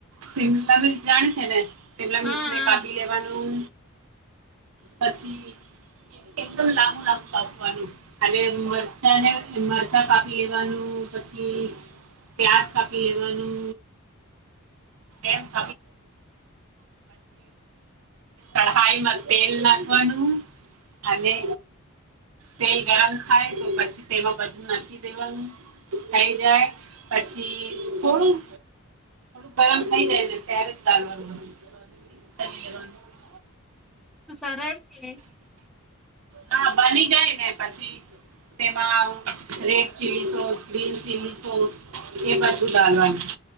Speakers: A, on the right (about 70°); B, in the centre.
A: શિમલા મિરચ જાણી છે ને શેમલા
B: હા
A: મિર્ચ ને
B: હા
A: કાપી લેવાનું પછી એકદમ લાબું લાબુંવાનું કાપવાનું મરચા ને મરચા કાપી લેવાનું પછી પ્યાજ કાપી લેવાનું એમ <unintelligible> કઢાઈમાં તેલ નાખવાનું અને તેલ ગરમ થાય તો પછી તેમાં બધું ના દેવાનું થઈ જાય પછી થોડું થોડુંક ગરમ થઈ જાય ને <unintelligible> મિકસ કરી લેવાનું
B: સરળ છે
A: હા બની જાય ને પછી તેમાં red chilli sauce green chilli sauce એ બાધું દાલવાનું